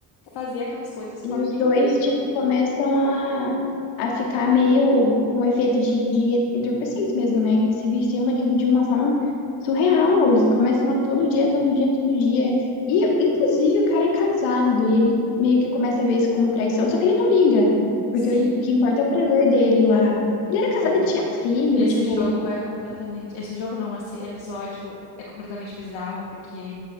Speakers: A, on the left (about 60°); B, on the left (about 85°).
A: fazer aquelas coisas com
B: E
A: o
B: os
A: amigo
B: dois,
A: dele.
B: tipo, começam a, a ficar meio com efeito de, de entorpecentes mesmo, né? Que eles se viciam naquilo de uma forma surreal. Eles começam a todo dia, todo dia, todo dia. E, inclusive, o cara é casado e ele meio que começa a ver isso como traição, só que ele não liga. Porque
A: Sim,
B: o im- o que importa é o prazer dele lá. Ele era
A: não.
B: casado, ele tinha filho,
A: Esse
B: tipo,
A: jogo é completamente. Esse jogo não, esse episódio é completamente bizarro, porque